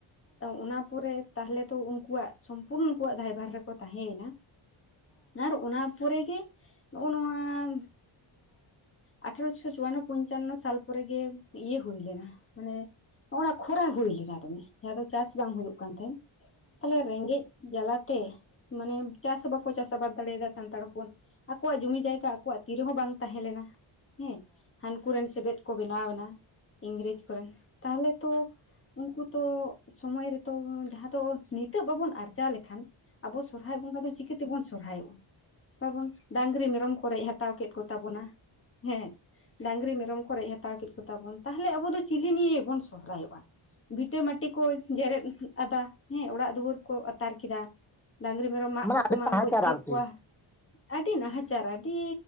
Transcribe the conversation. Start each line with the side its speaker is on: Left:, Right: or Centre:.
Left: ᱚᱱᱟ ᱯᱚᱨᱮ ᱛᱟᱦᱞᱮ ᱛᱚ ᱩᱱᱠᱩᱣᱟᱜ ᱥᱚᱢᱯᱩᱨᱱᱚ ᱩᱱᱠᱩᱣᱟᱜ ᱫᱟᱭᱵᱷᱟᱨ ᱨᱮᱠᱚ ᱛᱟᱦᱮᱸᱭᱮᱱᱟ᱾ ᱟᱨ ᱚᱱᱟ ᱯᱚᱨᱮ ᱜᱮ ᱱᱚᱜᱼᱚ ᱱᱚᱣᱟ ᱟ ᱟᱴᱷᱟᱨᱚᱥᱚ ᱪᱩᱣᱟᱱᱱᱚ ᱯᱚᱧᱪᱟᱱᱱᱚ ᱥᱟᱞ ᱯᱚᱨ ᱜᱮ ᱤᱭᱟᱹ ᱦᱩᱭ ᱞᱮᱱᱟ ᱢᱟᱱᱮ ᱱᱚᱜ-ᱚᱱᱟ ᱠᱷᱚᱨᱟ ᱦᱩᱭ ᱞᱮᱱᱟ ᱫᱚᱢᱮ ᱡᱟᱦᱟᱸ ᱫᱚ ᱪᱟᱥ ᱵᱟᱝ ᱦᱩᱭᱩᱜ ᱠᱟᱱ ᱛᱟᱦᱮᱸᱫ, ᱛᱟᱦᱚᱞᱮ ᱨᱮᱸᱜᱮᱡ ᱡᱟᱞᱟ ᱛᱮ ᱢᱟᱱᱮ ᱪᱟᱥ ᱵᱟᱠ ᱠᱚ ᱪᱟᱥ ᱟᱵᱟᱫ ᱫᱟᱲᱮᱭᱟᱫᱟ ᱥᱟᱱᱛᱟᱲ ᱦᱚᱯᱚᱱ ᱟᱠᱚᱣᱟᱜ ᱡᱩᱢᱤ ᱡᱟᱭᱜᱟ ᱟᱠᱚᱣᱟᱜ ᱛᱤ ᱨᱮᱦᱚᱸ ᱵᱟᱝ ᱛᱟᱦᱮᱸ ᱞᱮᱱᱟ। ᱦᱮᱸ ᱦᱟᱱᱠᱩ ᱨᱮᱱ ᱥᱮᱵᱮᱫ ᱠᱚ ᱵᱮᱱᱟᱣ ᱮᱱᱟ ᱤᱝᱨᱮᱡᱽ ᱠᱚᱨᱮᱱ ᱛᱟᱦᱚᱞᱮ ᱛᱚ ᱩᱱᱠᱩ ᱛᱚ ᱥᱚᱢᱚᱭ ᱨᱮᱛᱚ ᱡᱟᱦᱟᱸ ᱫᱚ ᱱᱤᱛᱚᱜ ᱵᱟᱵᱚᱱ ᱟᱨᱡᱟᱣ ᱞᱮᱠᱷᱟᱱ ᱟᱵᱚ ᱥᱚᱨᱦᱟᱭ ᱵᱚᱸᱜᱟ ᱫᱚ ᱪᱤᱠᱟᱹᱛᱮᱵᱩᱱ ᱥᱚᱨᱦᱟᱭᱚᱜᱼᱟ। ᱵᱟᱵᱚᱱ ᱰᱟᱝᱨᱤ ᱢᱮᱨᱚᱢ ᱠᱚ ᱨᱮᱡ ᱦᱟᱛᱟᱣ ᱠᱮᱫ ᱠᱚ ᱛᱟᱵᱚᱱᱟ, ᱦᱮᱸ। ᱰᱟᱝᱨᱤ ᱢᱮᱨᱚᱢ ᱠᱚ ᱨᱮᱡ ᱦᱟᱛᱟᱣ ᱠᱮᱫ ᱠᱚᱛᱟ ᱵᱚᱱ, ᱛᱟᱦᱚᱞᱮ ᱟᱵᱚ ᱫᱚ ᱪᱤᱞᱤ ᱱᱤᱭᱮ ᱵᱚᱱ ᱥᱚᱦᱨᱟᱭᱚᱜᱼᱟ। ᱵᱷᱤᱴᱟᱹ ᱢᱟᱹᱴᱤ ᱠᱚ ᱡᱮᱨᱮᱫ ᱟᱫᱟ ᱦᱮᱸ ᱚᱲᱟᱜ ᱫᱩᱣᱟᱹᱨ ᱠᱚ ᱟᱛᱟᱨ ᱠᱮᱫᱟ। ᱰᱟᱹᱝᱨᱤ ᱢᱮᱨᱚᱢ ᱢᱟᱜ ᱠᱚᱠᱚ
Centre: ᱟᱹᱰᱤ
Left: ᱢᱟᱜ
Centre: ᱱᱟᱦᱟᱪᱟᱨ
Left: ᱜᱚᱡ ᱠᱮᱫ
Centre: ᱟᱨᱠᱤ
Left: ᱠᱚᱣᱟ ᱟᱹᱰᱤ ᱱᱟᱦᱟᱪᱟᱨ ᱟᱹᱰᱤ